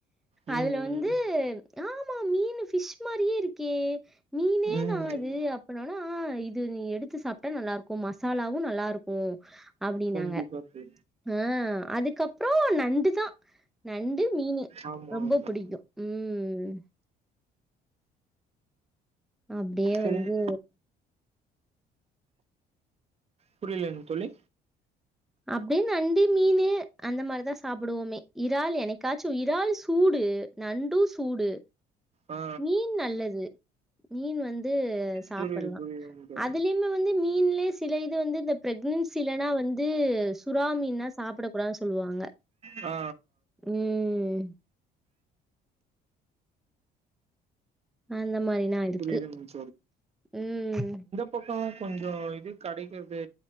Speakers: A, on the right; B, in the centre.
A: ம்
B: அதுல
A: ம்
B: வந்து ஆமா மீனு ஃபிஷ் மாரியே இருக்கே மீனே
A: ம்
B: தா இது
A: ம்
B: அப் ப்டி ஆனா இது நீ எடுத்து சாப்ட்டா நல்லா இருக்கு மசாலாவு நல்லா இருக்கு அப்டின்னாங்க
A: கண்டிப்பா தோழி
B: ஆ அதுக்கப்றோ நண்டுதா நண்டு மீனு
A: ஆமா
B: ரொம்ப
A: ஆமா
B: புடிக்கு ம் அப்டியே
A: சொல்லுங்
B: வந்து
A: புரியல எனக்கு தோழி
B: அப்டின் நண்டு மீனு அந்த மாரிதா சாப்புடுவோமே இறால் என்னைக்காச்சு இறால் சூடு நண்டு சூடு
A: ஆ ஆ
B: மீன் நல்லது மீன் வந்து சாப்பிட்லா
A: புரியுது புரியுதுங் தோழி
B: அதுலயுமே வந்து மீன்லே சில இது வந்து இந்த பிரெக்னன்சிலனா வந் ந்து சுறா மீன்னா சாப்புட கூடாது சொல்லுவாங்க
A: ஆ
B: ம் அந்த மாரினா இருக்கு
A: புரியுதுங்
B: ம்
A: பக்கமு கொஞ்ச இது கடைக்கிறது